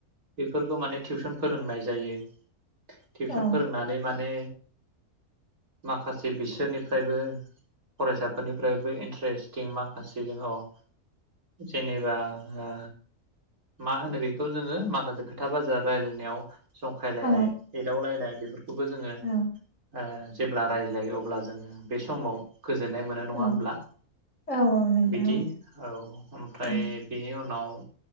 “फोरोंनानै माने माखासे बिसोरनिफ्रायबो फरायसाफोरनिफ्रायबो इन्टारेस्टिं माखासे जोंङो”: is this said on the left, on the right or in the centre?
Right